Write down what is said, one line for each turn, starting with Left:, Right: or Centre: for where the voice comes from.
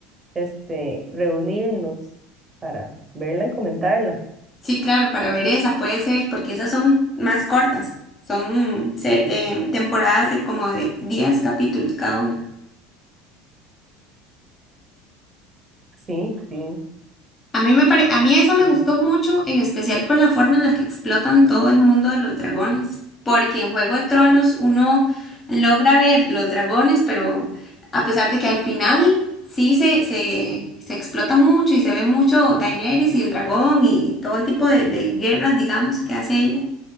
Right: este, reunirnos para verla y comentarla.
Left: Sí, claro, para ver esa puede ser, porque esas son más cortas, son se- em, temporadas de como de 10 capítulos cada una.
Right: Sí, sí,
Left: A mí me pare- a mí esa me
Right: sí.
Left: gustó mucho, en especial por la forma en la que explotan todo el mundo de los dragones, porque en Juego de Tronos uno logra ver los dragones, pero a pesar de que al final sí se, se, se explota mucho y se ve mucho Daenerys y el dragón y todo el tipo de, de guerras, digamos, que hace ella.